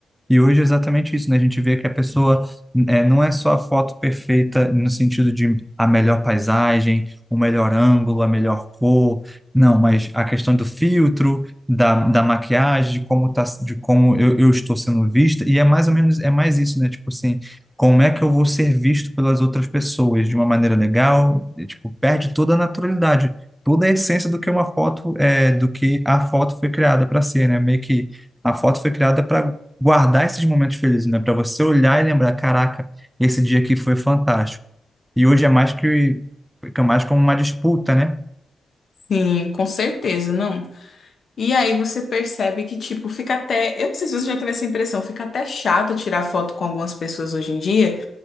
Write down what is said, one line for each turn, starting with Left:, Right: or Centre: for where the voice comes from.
Centre: E hoje é exatamente isso, né? A gente vê que a pessoa é, não é só a foto perfeita no sentido de a melhor paisagem, o melhor ângulo, a melhor cor, não, mas a questão do filtro, da, da maquiagem, de como tá, de como eu, eu estou sendo vista, e é mais ou menos, é mais isso, né? Tipo assim, como é que eu vou ser visto pelas outras pessoas de uma maneira legal, e, tipo, perde toda a naturalidade, toda a essência do que uma foto é, do que a foto foi criada para ser, né? Meio que a foto foi criada para guardar esses momentos felizes, né? Para você olhar e lembrar, caraca, esse dia aqui foi fantástico. E hoje é mais que fica mais como uma disputa, né?
Left: Sim, com certeza, não. E aí você percebe que, tipo, fica até. Eu não sei se você já teve essa impressão, fica até chato tirar foto com algumas pessoas hoje em dia,